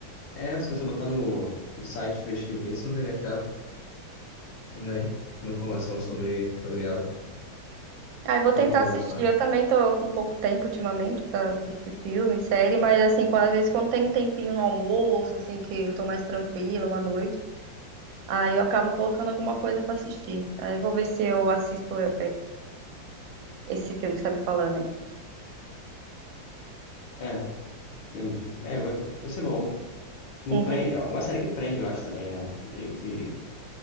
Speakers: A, on the left; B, on the right.
A: É, se você botar no, no site de pesquisa isso, não vai achar, né, uma informação sobre, sobre ela,
B: Ah, eu vou
A: é tranquilo,
B: tentar assistir.
A: essa.
B: Eu também tô com pouco tempo ultimamente pra assistir filme, série, mas assim, quando, às vezes quando tem um tempinho no almoço, assim, que eu tô mais tranquila ou à noite, aí eu acabo colocando alguma coisa pra assistir. Aí eu vou ver se eu assisto é, esse filme que você tá me falando aí.
A: É, entendi. É, vai, vai ser bom. Não
B: Uhum.
A: prende, é uma série que prende, eu acho também, né? Meio que.